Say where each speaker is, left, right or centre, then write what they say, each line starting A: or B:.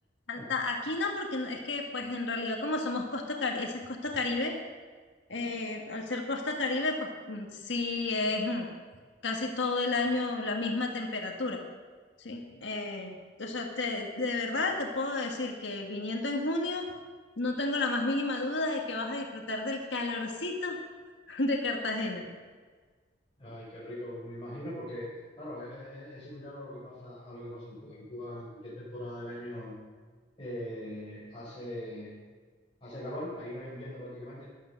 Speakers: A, on the left; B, on the left.
A: alta.
B: <laughs>
A: Aquí no, porque no- es que pues en realidad como somos costa, Cari- esa es costa Caribe, eh, al ser costa Caribe, pues mm, sí es mm, casi todo el año la misma temperatura, ¿sí? Eh, o sea, te- de verdad te puedo decir que viniendo en junio, no tengo la más mínima duda de que vas a disfrutar del calorcito <laughs> de Cartagena.
B: Ay, qué rico, me imagino, porque claro, es, es- es similar a lo que pasa, a lo que pasa en Cuba. En Cuba, en cualquier temporada del año, eh, hace hace calor, ahí no hay invierno prácticamente.